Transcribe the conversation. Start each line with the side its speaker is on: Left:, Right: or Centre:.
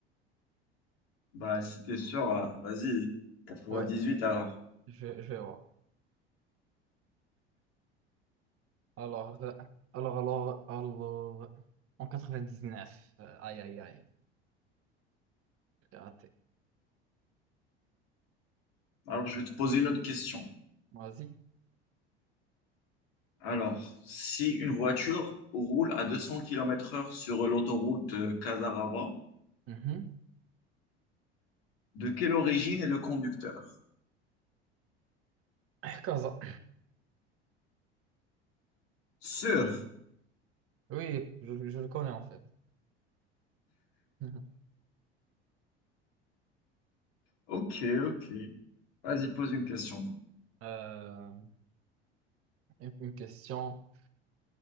Left: Bah, si t'es sûr, euh, vas-y. quatre Quatre-vingt-dix-huit,
Right: Ouais.
Left: alors.
Right: Je, vais je vais voir. Alors, euh, alors, alors, alors, euh, en 99. euh, aïe, aïe, aïe, j'ai raté.
Left: Alors, je vais te poser une autre question.
Right: Vas-y.
Left: Alors, si une voiture roule à 200 kilomètres heure sur l'autoroute euh, Casarava,
Right: Mhm.
Left: de quelle origine est le conducteur?
Right: Kaza.
Left: Sûr.
Right: Oui, je, je le connais en fait. Mhm.
Left: Ok, ok. Vas-y, pose une question. donc.
Right: Euh, une une question.